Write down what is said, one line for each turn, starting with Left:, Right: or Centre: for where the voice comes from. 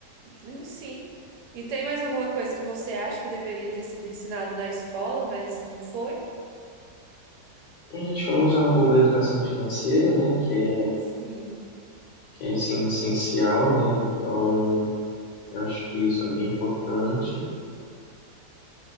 Right: Hum, Sim. E tem mais alguma coisa que você acha que deveria ter sido ensinado na escola, mas não foi?
Left: A gente falou já um pouco da educação financeira, né? Que é,
Right: Sim.
Left: que é assim, essencial, né? Então, eu acho que isso é bem importante.